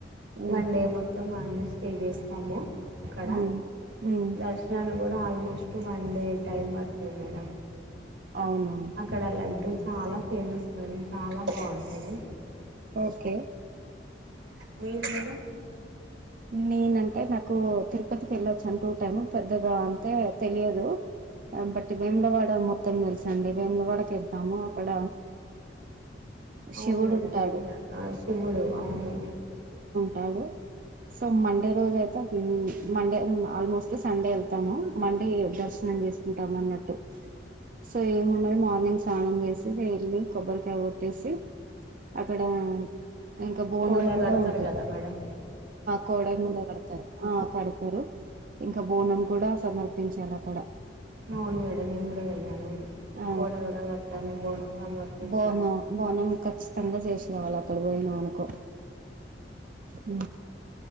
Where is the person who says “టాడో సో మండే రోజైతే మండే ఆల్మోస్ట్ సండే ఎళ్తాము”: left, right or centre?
Right